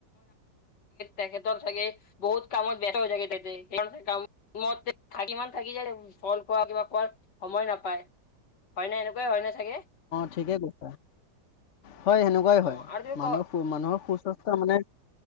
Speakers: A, on the left; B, on the left.
A: তেখেতৰ চাগে বহুত কামত ব্যস্ত হৈ চাগে <unintelligible> <unintelligible> থাকি যায় ফল খোৱা কিবা খোৱাৰ সময় নাপায়। হয় নে? এনেকুৱাই হয় নে চাগে?
B: ঠিকে কৈছা হয়, সেনেকুৱাই
A: অ
B: হয়।
A: আৰু তুমি
B: মানুহক
A: ক
B: মানুহৰ সুস্বাস্থ্য মানে